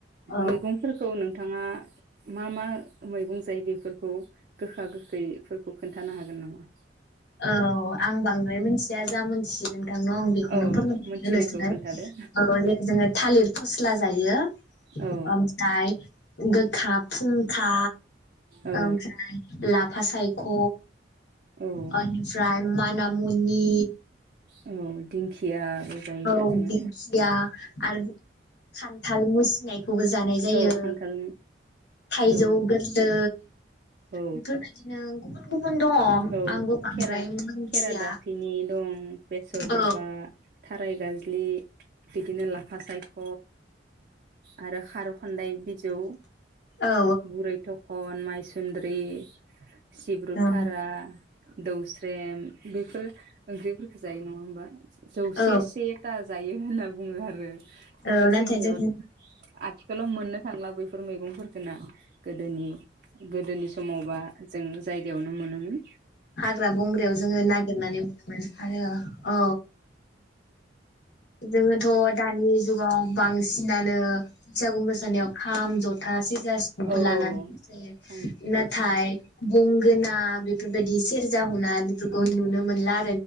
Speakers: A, on the left; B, on the right.
A: औ
B: मैगंफोरखौ नोंथाङा मा मा। मैगं जायो बेफोरखौ गोखा गोखैफोरखौ खोन्थानो हागोन नामा?
A: औ आं बांद्राय मोनथिया जा मोनथियो। नोंथांनो आं बेखौनो
B: औ
A: फोरमायनानै
B: मोनथिनायखौ
A: होनोसै
B: खोन्थादो
A: ओ जोङो थालिर फस्ला जायो
B: औ
A: ओमफ्राय गो था फुंखा।
B: औ
A: ओमफ्राय ला फासायख'।
B: औ
A: ओ निफ्राय <unintelligible> मुनि।
B: औ दिंखिया। जायोना
A: औ
B: जोङो
A: दिंखिया आरो खान्थाल मुसिनायखौबो जानाय जायो
B: औ खान्थाल
A: थाइजौ
B: औ
A: गोरन्दै
B: औ
A: बेफोरबायदिनो गुबुन गुबुन दङ
B: औ
A: आंबो बांद्राय
B: खेरा
A: मोनथिया
B: खेरा दाफिनि दं बेसर
A: औ
B: दाबा। फाइ गाज्लि बिदिनो लाफा सायख' आरो खार' खान्दाय बिजौ,
A: औ
B: बुरै थखन माय सुनद्रि, सिब्रु
A: औ
B: थारा, दौस्रेम बेफोर ओंख्रि जायो नङा होमबा? जौसे
A: औ
B: सेथा जायो होनना बुङो आरो। खिन्थु
A: औ नाथाय
B: जोंनियाव
A: जों
B: आथिखालाव मोननो थांलाबो फोर मैगंफोरखो ना गोदोनि गोदोनि समावबा जों फ्रियावनो मोनो मोन।
A: हाग्रा बंग्रायाव जोङो नागिरनानै <inaudible> आरो औ जोङोथ' दानि जुगाव बांसिनानो बैसागु मोसानायाव खाम, ज'था, सेरजा, सिफुंखौ
B: औ
A: लानानै
B: औ
A: मोसायो
B: खाम
A: नाथाय
B: जथा
A: गंगोना बेफोर सेरजा हुना बेफोरखौ नुनो मोनला